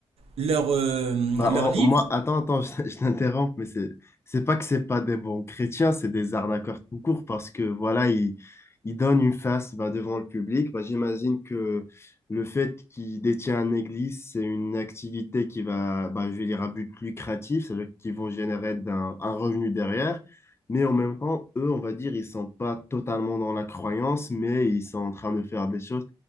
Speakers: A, on the right (about 80°); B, on the left (about 25°).
A: leur, euh,
B: Bah,
A: leur
B: en-
A: livre.
B: moi, attends, attends, <laughs> je, je t'interromps, mais c'est, c'est pas que c'est pas des bons chrétiens, c'est des arnaqueurs tout court parce que voilà, ils, ils donnent une face bah, devant le public. Bah, j'imagine que le fait qu'ils détiennent une église, c'est une activité qui va, bah, je vais dire, à but lucratif, c'est-à-dire qu'ils vont générer d'un- un revenu derrière. Mais en même temps, eux, on va dire, ils sont pas totalement dans la croyance, mais ils sont en train de faire des choses.